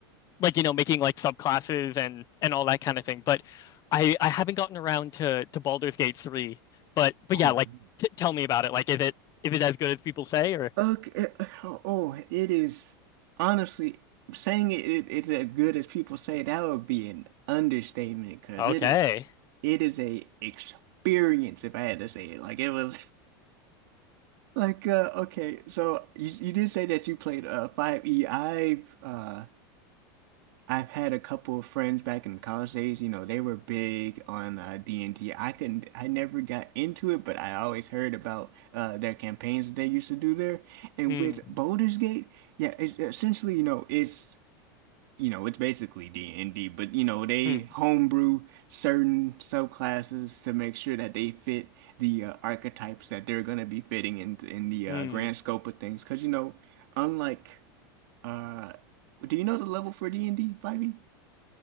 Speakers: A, on the left; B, on the right.
A: like you know making like subclasses and and all that kind of thing. But I I haven't gotten around to to Baldur's Gate 3. But but
B: oh,
A: yeah,
B: man.
A: like t tell me about it. Like is it is it as good as people say or
B: Okay. eh, Oh, it is honestly saying it, it it's as good as people say that would be an understatement because
A: okay.
B: it is it is a experience if I had to say it. Like it was <laughs> like uh okay, so you you did say that you played uh 5E. I uh I've had a couple of friends back in college days, you know, they were big on uh, d and D. I I couldn't, I never got into it, but I always heard about uh, their campaigns that they used to do there. And
A: Hmm.
B: with Baldur's Gate, yeah, it's essentially, you know, it's, you know, it's basically D&D, but, you know, they
A: Hmm.
B: homebrew certain subclasses to make sure that they fit the uh, archetypes that they're going to be fitting in, in the
A: Hmm.
B: uh, grand scope of things. Because, you know, unlike, uh, do you know the level for D&D 5e?